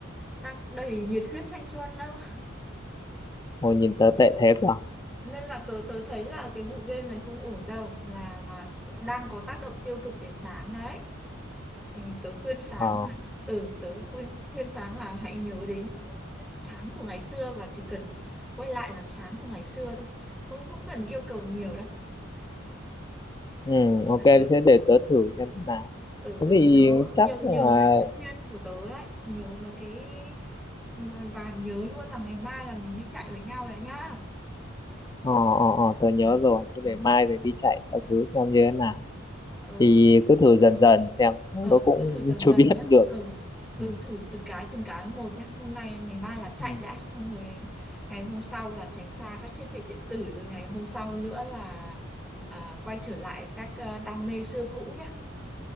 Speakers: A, in the centre; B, on the left (about 20°).
A: đang đầy nhiệt huyết thanh xuân đâu
B: hồi nhìn tớ tệ thế cơ
A: nên là tớ tớ thấy là cái vụ game này không ổn đâu là là đang có tác động tiêu cực đến sáng đấy ừ, tớ khuyên sáng
B: ờ
A: là ừ tớ khuyên khuyên sáng là hãy nhớ đến sáng của ngày xưa và chỉ cần quay lại làm sáng của ngày xưa thôi không không cần yêu cầu nhiều
B: ừm, ok
A: đâu
B: thế để tớ thử xem thế nào
A: ừ
B: thế
A: ừ
B: thì
A: nhớ
B: chắc
A: nhớ nhớ
B: là
A: mấy lời khuyên của tớ đấy nhớ mấy cái và, và nhớ luôn là ngày mai là mình đi chạy với nhau đó nhá
B: ờ ờ ờ tớ nhớ
A: ừ
B: rồi thế
A: ừ
B: để mai rồi đi chạy các thứ xem như thế nào
A: ờ
B: thì cứ thử dần dần xem
A: ờ,
B: tớ cũng
A: cứ thử dần
B: <laughs> chưa
A: dần
B: biết
A: nhá
B: được
A: ừ ừ
B: ừ.
A: thử từng cái từng cái một nhá hôm nay ngày mai là chạy
B: Ừ.
A: đã xong rồi ngày hôm sau là tránh xa các thiết bị điện tử rồi ngày hôm sau nữa là à, quay trở lại các ờ, đam mê xưa cũ nhá